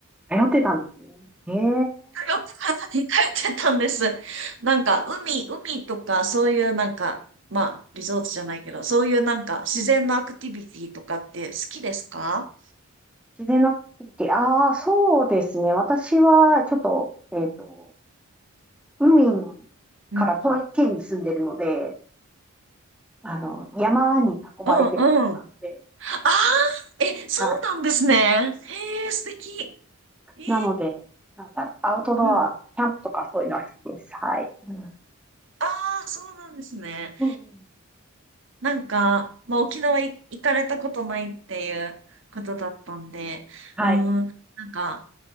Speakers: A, in the centre; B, on the right.
A: 迷ってたんですね。ええ
B: 通ってた、通ってたんです。なんか、海、海とか、そういうなんか、まあ、リゾートじゃないけど、そういうなんか、自然のアクティビティとかって好きですか
A: 自然なアクティビティ。ああ、そうですね。私は、ちょっと、えっと、海
B: うん。
A: から遠い県に住んでるので、あの、山に囲まれてるとこなので、
B: うんうん。ああ、え、そうなんですね。
A: はい。
B: へえ、素敵。えー、
A: なので、なんだろう、アウトドア、
B: うん。
A: キャンプとかそういうのは好きです。はい。うん。
B: ああ、そうなんですね。
A: うんうん
B: なんか、まあ、沖縄い行かれたことないっていうことだったんで、
A: はい。
B: うーん、なんか、